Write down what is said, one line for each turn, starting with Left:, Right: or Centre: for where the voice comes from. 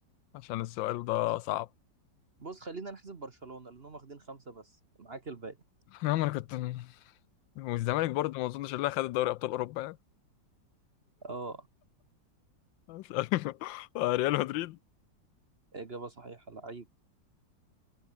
Left: عشان السؤال ده صعب
Right: بص خلينا نحسب برشلونة لانهم واخدين خمسة بس معاك الباقي
Left: نعم انا كنت والزمالك برضه ما اظنش اللي خد دوري ابطال اوروبا يعني.
Right: اه
Left: مش عارف <laughs> آه، ريال مدريد
Right: اجابة صحيحة لعيب